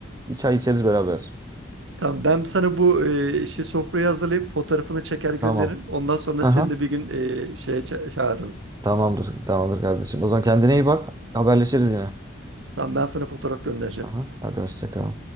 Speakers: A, on the right (about 20°); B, on the right (about 70°).
A: Bir çay içeriz beraber.
B: tamam ben sana bu e, şey sofrayı hazırlayıp fotoğrafını çeker gönderirim.
A: Tamam.
B: Ondan sonra
A: Aha.
B: seni de bir gün e, şeye ça- çağırırım.
A: Tamamdır, tamamdır kardeşim. O zaman kendine iyi bak. Haberleşiriz yine.
B: Tamam ben sana fotoğraf göndereceğim.
A: Aha, hadi hoşça kal.